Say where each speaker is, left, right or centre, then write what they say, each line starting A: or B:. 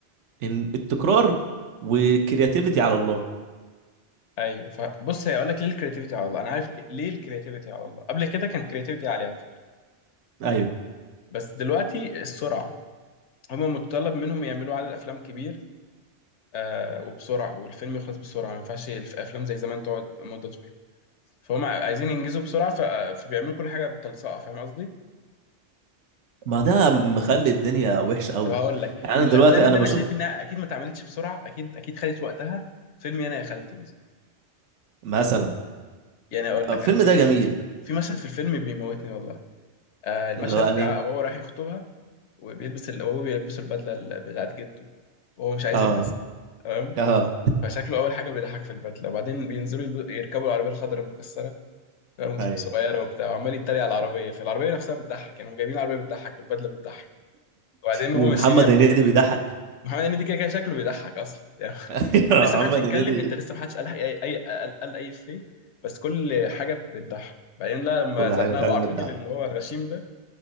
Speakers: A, on the right; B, on the left.
A: ان التكرار والكرياتيفيتي على الله
B: ايوه فبص هي اقول لك ليه الكرياتيفيتي على الله انا عارف ليه ليه الكرياتيفيتي على الله قبل كده كان كرياتيفيتي عاليه على فكره
A: ايوه
B: بس دلوقتي السرعه هما متطلب منهم يعملوا عدد افلام كبير آه وبسرعه والفيلم يخلص بسرعه ما ينفعش الافلام زي زمان تقعد مده طويله فهم عايزين ينجزوا بسرعه ف... فبيعملوا كل حاجه بتلصقه فاهم قصدي؟
A: ما ده مخلي الدنيا وحشه قوي
B: طب هقول لك
A: يعني انا
B: من
A: دلوقتي
B: الافلام اللي
A: انا بشوف
B: انا شايف انها اكيد ما اتعملتش بسرعه اكيد اكيد خدت وقتها فيلم انا يا خالتي مثلا
A: مثلا
B: يعني اقول
A: الفيلم
B: لك انا في
A: ده جميل
B: في مشهد في الفيلم بيموتني والله آه المشهد
A: اللي هو يعني
B: بتاع وهو راح يخطبها وبيلبس ال... وهو بيلبسه البدله ال- بتاعت جده وهو مش عايز
A: اه
B: يلبسها تمام
A: اه
B: فشكله اول حاجه بيضحك في البدله وبعدين بينزلوا يب- يركبوا العربيه الخضراء المكسره فاهم؟ صغيره
A: ايوه
B: وبتاع وعمال يتريق على العربيه فالعربيه نفسها بتضحك يعني هم جايبين العربيه بتضحك والبدله بتضحك وبعدين هو
A: ومحمد
B: ماشيين
A: هنيدي بيضحك
B: محمد هنيدي كده كده شكله بيضحك اصلا يعني
A: <laughs>
B: <laughs>
A: محمد
B: لسه محدش يتكلم
A: هنيدي
B: انت لسه محدش قال اي اي قال قال اي فيه بس كل حاجه بتضحك بعدين لا لما
A: كل
B: زنقوا
A: حاجه فعلا
B: على
A: بتضحك
B: الراجل اللي هو الغشيم ده